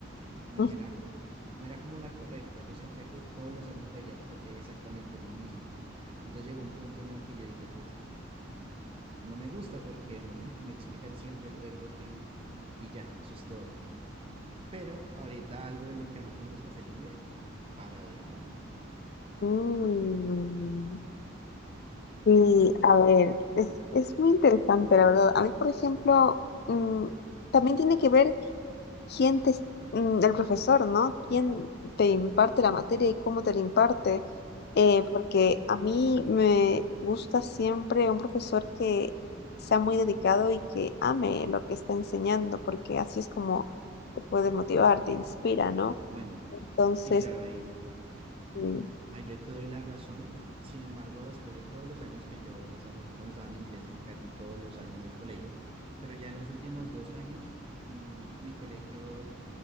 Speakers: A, on the right; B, on the left.
A: no
B: <laughs>
A: era, no era como la correcta. Yo sentía que todos los años veía abso- exactamente lo mismo. Entonces llegó un punto en el que yo dije, pues No me gusta porque <laughs> me explican siempre el verbo to be y ya, eso es todo. Pero ahorita algo de lo que más me gusta es el inglés, paradójicamente.
B: Mm, Sí, a ver, es, es muy interesante, la verdad. A mí, por ejemplo, mm, también tiene que ver. quién te, es- mm, el profesor, ¿no? ¿Quién te imparte la materia y cómo te la imparte? Eh, porque a mí me gusta siempre un profesor que sea muy dedicado y que ame lo que está enseñando, porque así es como te puede motivar, te inspira, ¿no?
A: Bueno,
B: Entonces,
A: sí, claro, ahí,
B: mm,
A: ahí yo te doy la razón. Sin embargo, después de todos los años que yo, pues a nosotros nos daban inglés en casi todos los años del colegio, pero ya en los últimos dos años, mm, mi colegio